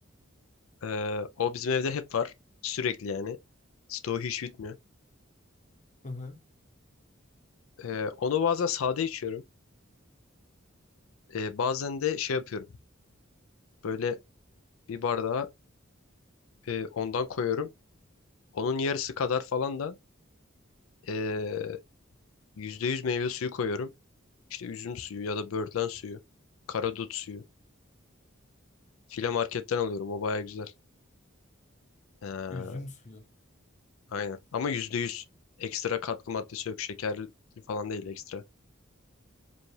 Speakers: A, on the left; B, on the left.
A: e, o bizim evde hep var. Sürekli yani. Stoğu hiç bitmiyor.
B: Hı hı.
A: E, onu bazen sade içiyorum. E, bazen de şey yapıyorum. Böyle bir bardağa e, ondan koyuyorum. Onun yarısı kadar falan da e, %100 meyve suyu koyuyorum. İşte üzüm suyu ya da böğürtlen suyu. Karadut suyu. File marketten alıyorum. O baya güzel. E,
B: Üzüm suyu.
A: aynen. Ama %100 ekstra katkı maddesi yok. Şekerli falan değil ekstra.